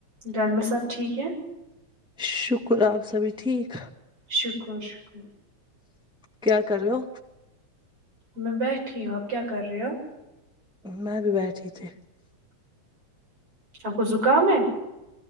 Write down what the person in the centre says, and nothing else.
شکر ہے آپ سبھی ٹھیک
کیا کر رہے ہو
میں بھی بیٹھی تھی